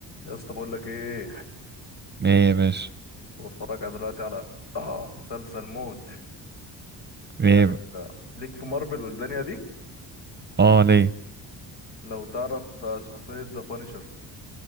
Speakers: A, on the left; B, on the right.
A: يا اسطى بقول لك ايه
B: ايه يا باشا
A: كنت بتفرج على دلوقتي على اه مسلسل موت
B: ايه
A: مش عارف
B: ب...
A: آه، ليك في مارفل والدنيا دي
B: اه ليه
A: لو تعرف آه، شخصية ذا بانشر